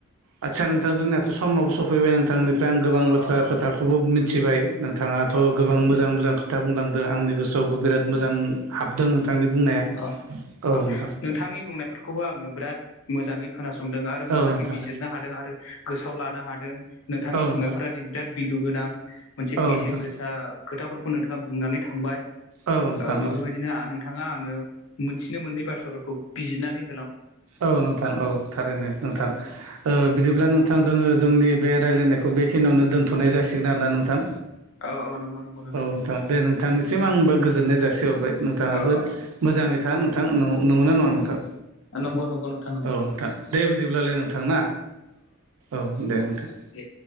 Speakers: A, on the right (about 85°); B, on the left (about 70°).
A: आदसा नोंथां जोंनाथ' समावो सौफैबाय नोंथांनिफ्राय आं गोबां
B: औ
A: बाथ्रा
B: औ
A: खोथाखौबो मिथिबाय नों थाङाथ'
B: औ
A: गोबां मोजां मोजां खोथा बुंलांदो आंनि गोसोआवबो बिराद मोजां हाबदों नोंथांनि बुंनाया।
B: अ
A: औ
B: अ
A: नोंथां
B: नोंथांनि बुंनायफोरखौबो आङो बिराद मोजाङै। खोनासंदों आरो मोजाङै
A: औ नोंथां
B: बिजिरनो हादों आरो गोसोआव लानो हादों। नोंथांनि
A: औ नोंथां
B: बुंनायफोरा दिगदाद बिलु गोनां मोनसे
A: औ
B: बेसेन
A: नोंथां
B: गोसा खोथाफोरखौ नोंथाङा बुंनानै थांबाय
A: औ नोंथां
B: ओ बेफोरबायदि
A: औ
B: नोआ नोंथाङा आंनो मोनथिनो मोननै बाथ्राफोरखौ बिजिदनानै
A: औ नोंथां औ थारैनो नोंथां
B: औ
A: ओ बिदिब्ला नों थांजों जोंनि बे रायलायनायखौ बे खिनियावनो दोनथ'नाय जासिगोन आरोना नोंथां।
B: औ औ नंगौ नंगौ
A: औ नोंथां दे नोंथांनिसिम आंबा गोजोननाय जासिहरबाय नोंथाङाबो
B: औ
A: मोजाङै था नोंथां नं-नंगा नङा नोंथां?
B: औ नंगौ नंगौ नोंथां नंगौ
A: औ नोंथां दे बिदिब्लालाय नोंथां ना औ दे नोंथां।
B: दे